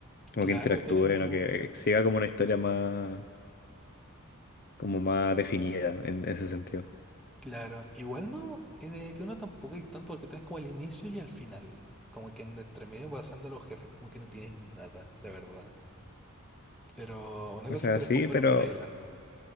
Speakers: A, on the left; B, in the centre.
A: como
B: Claro,
A: que interactúen
B: tiene como...
A: o que siga como una historia más, como más definida en, ese sentido.
B: Claro, igual no, eh, de que uno tampoco hay tanto porque tienes como el inicio y el final. Como que en entre medio pasando a los jefes como que no tienes nada, la verdad. Pero una
A: O
B: cosa
A: sea,
B: es que después
A: sí,
B: fueron
A: pero
B: arreglando.